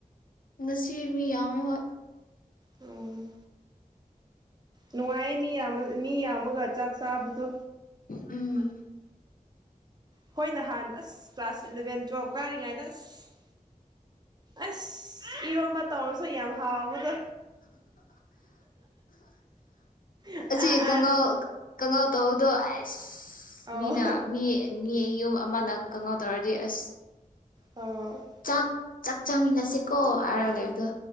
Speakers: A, on the left; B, on the right.
A: ꯉꯁꯤ ꯃꯤ ꯌꯥ ꯃ ꯍꯣꯣꯏ
B: ꯎ ꯅꯨꯡꯉꯥꯏꯌꯦ ꯃꯤ ꯌꯥꯝ ꯃꯤ ꯌꯥꯝꯃꯒ ꯆꯥꯛ ꯆꯥꯕꯗꯣ
A: ꯎꯝ
B: ꯍꯈꯣꯏ ꯅꯍꯥꯟ ꯑꯁ ꯀ꯭ꯂꯥꯁ ꯏꯂꯚꯦꯟ ꯇꯨꯋꯦꯜꯐ ꯀꯥꯔꯤꯉꯩꯗ ꯑꯁ ꯑꯁ ꯏꯔꯣꯟꯕ ꯇꯧꯔꯁꯨ ꯌꯥꯝ ꯍꯥꯎꯕꯗꯣ ꯑꯥ
A: ꯁꯤ
B: ꯑꯥ
A: ꯀꯉ ꯀꯪꯉꯧ ꯇ ꯍꯗꯣ ꯑꯁ
B: ꯑꯧ
A: ꯃꯤꯅ ꯃꯤ ꯃꯤ ꯌꯨꯝ ꯑꯃꯅ ꯀꯪꯍꯧ ꯇꯧꯔꯗꯤ ꯑꯁ
B: ꯑꯣ
A: ꯆꯥꯛ ꯆꯥꯛ ꯆꯥꯃꯤꯟꯅꯁꯦꯀꯣ ꯍꯥꯏꯔꯒ ꯂꯩꯕꯗꯣ